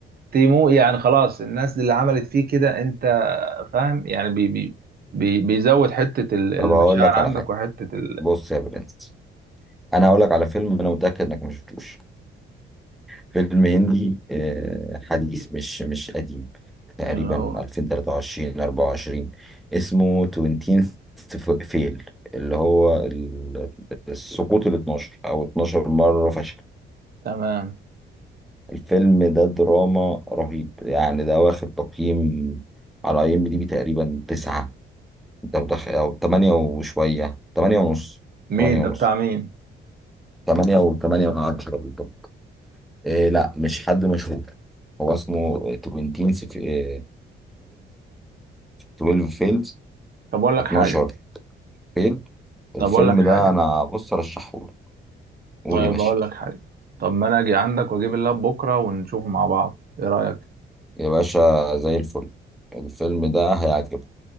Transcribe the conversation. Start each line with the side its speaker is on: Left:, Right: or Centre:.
Right: تيمو يعني خلاص الناس اللي عملت فيه كده انت فاهم يعني بي بي بي بيزود حته ال- المشاعر
Centre: طب هقول لك
Right: عندك
Centre: على حاجة
Right: وحته ال-
Centre: بص يا برنس أنا هقول لك على فيلم أنا متأكد إنك ما شفتوش فيلم هندي آه، حديث مش مش قديم تقريبا
Right: اللي هو
Centre: 2023 24 اسمه 20 فيل اللي هو ال- السقوط ال 12 او 12 مرة فشل
Right: تمام
Centre: الفيلم ده دراما رهيب يعني ده واخد تقييم على اي ام دي بي تقريبا تسعة انت متخ... او تمانية وشوية تمانية ونص
Right: مين
Centre: تمانية
Right: ده
Centre: ونص
Right: بتاع مين
Centre: تمانية و تمانية من عشرة بالضبط إيه لا مش حد مشهور هو اسمه 20 12 12 12 فيلز
Right: طب اقول لك
Centre: 12
Right: حاجه
Centre: فيل الفيلم
Right: طب اقول لك حاجه
Centre: ده انا بص ارشحهولك قول
Right: طيب
Centre: يا باشا
Right: اقول لك حاجه طب ما انا اجي عندك واجيب اللاب بكره ونشوفه مع بعض ايه رايك
Centre: يا باشا زي الفل الفيلم ده هيعجبك